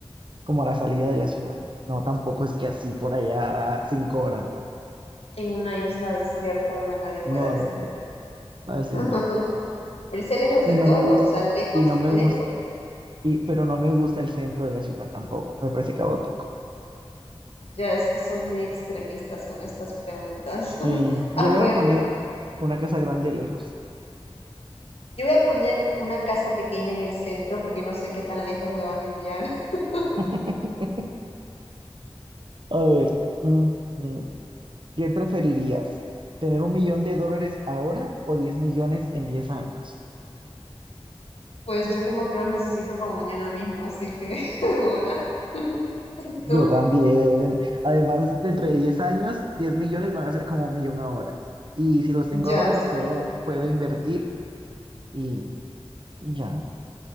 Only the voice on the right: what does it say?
como a la salida de la ciudad. No, tampoco es que así por allá cinco horas, no.
No,
no, no. Así
no.
Y
no
me gusta,
y no
me
gusta, y, pero no me gusta el centro de la ciudad tampoco. Me parece caótico.
Sí,
yo
voy
a poner una casa grande lejos.
<laughs> A ver, mm, mm, ¿qué preferirías? ¿Tener un millón de dólares ahora o 10 millones en 10 años?
Yo
también. Además, dentro de 10 años, 10 millones van a ser como un millón ahora. Y si los tengo
ahora, los
puedo, puedo invertir y, y ya.